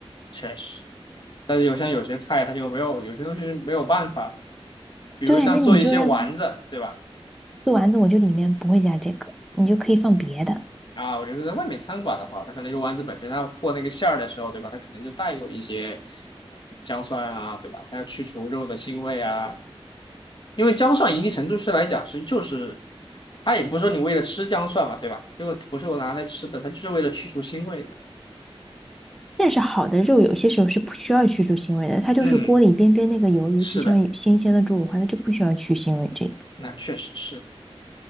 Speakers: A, on the left; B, in the centre.
A: 确实。但是有像有些菜，它就没有，有些东西是没有办法的，比如像做一些丸子，
B: 对啊，那你就让它
A: 对吧？
B: 做丸子，我就里面不会加这个，你就可以放别的。
A: 啊，我就是在外面餐馆的话，它可能肉丸子本身，它和那个馅儿的时候，对吧？它可能就带有一些呃姜蒜啊，对吧？它要去除肉的腥味啊，因为姜蒜一定程度是来讲是就是，它也不是说你为了吃姜蒜嘛，对吧？这个不是我拿来吃的，它就是为了去除腥味的。
B: 但是好的肉有些时候是不需要去除腥味的，它就是锅里边边那个油，
A: 嗯，
B: 尤其像新鲜的猪五花，
A: 是的，
B: 它就不需要去腥味这个。
A: 那确实是。